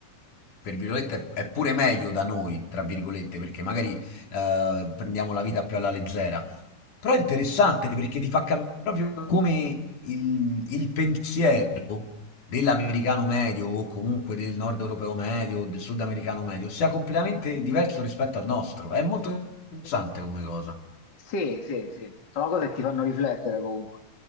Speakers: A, on the left; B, on the left.
A: per virgolette, è pure meglio da noi, tra virgolette, perché magari eh, prendiamo la vita più alla leggera. Però è interessante perché ti fa capire proprio come il, il pensiero dell'americano medio o comunque del nord europeo medio, o del sudamericano medio, sia completamente diverso rispetto al nostro. È molto interessante come cosa,
B: Sì, sì, sì, sono cose che ti fanno riflettere comunque.